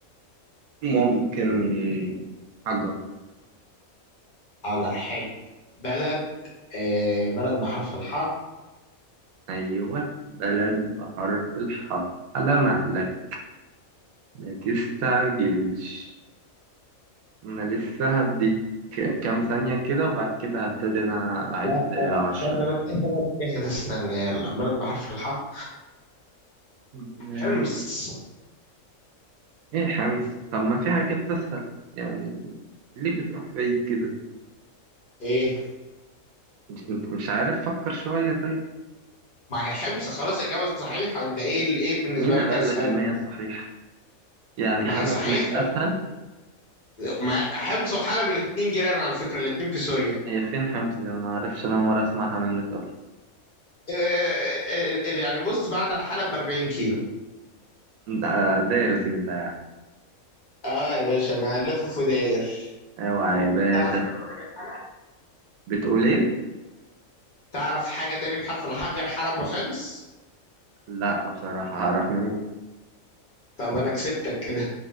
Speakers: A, on the right; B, on the left.
A: ممكن حجر
B: حاضر حلو بلد إيه بلد بحرف الحاء
A: أيوة بلد بحرف الحاء على مهلك ما تستعجلش أنا لسه هديك كام ثانية كده وبعد كده هبتدي أنا أعد
B: لا
A: عشرة
B: لا، استنى بس اهدى بس اهدى استنى يلا بلد بحرف الحاء
A: آه،
B: حمص
A: إيه خمس طب ما في حاجات تسهل يعني ليه بتروح بعيد كده
B: ايه
A: مش- أنت مش عارف فكر شوية طيب
B: ما هي حمص خلاص اجابه صحيحه انت ايه الايه بالنسبه
A: مين
B: لك
A: اللي قال
B: اسهل
A: لك إن هي صحيحة يعني
B: ما
A: حلب
B: هي صحيحه
A: مش أسهل
B: ما حمص وحلب الاثنين جيران على فكره الاثنين في سوريا
A: هي فين حمص دي أنا ما أعرفش أنا أول مرة أسمعها منك أصلا
B: إيه إيه إيه إيه، إيه، إيه، يعني بص بعد حلب ب 40 كيلو
A: أنت دارس أنت يعني
B: اه يا باشا انا لافف وداير
A: أيوة يا باشا
B: تعرف حاجه تاني غير حلب
A: بتقول إيه؟
B: تعرف حاجه تاني بحرف الحاء غير حلب وحمص
A: لا بصراحة هعرف منين
B: طب انا كسبتك كده